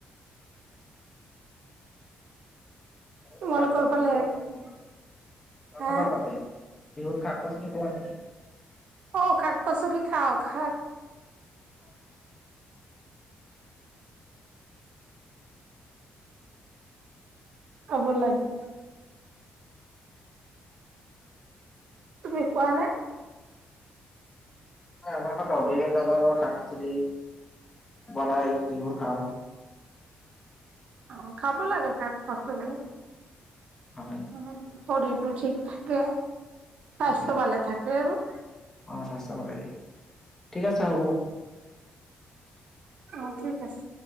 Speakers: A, on the left; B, on the right.
A: অ'
B: তোমালোকৰ
A: সাৰ পাত <unintelligible>
B: ফালে
A: কি সাৰ
B: হা
A: পাতৰ পাত? তে বিহুত শাক -পাচলি খোৱা নেকি?
B: অ' শাক পাচলি খাওঁ শাক খাব লাগে। তুমি খোৱা নে?
A: আমাৰ ঘৰত বিভিন্ন ধৰণৰ শাক-পাচলী বনাই এইবোৰ খাওঁ।
B: অ'খাব লাগে শাক-পাচি।
A: হয়
B: শৰীৰটো ঠিক থাকে স্বাস্থ্য
A: হয়
B: ভালে থাকে আৰু।
A: অ' স্বাস্থ্য ভালেই থাকে, ঠিক আছে হ'ব।
B: অ' ঠিক আছে।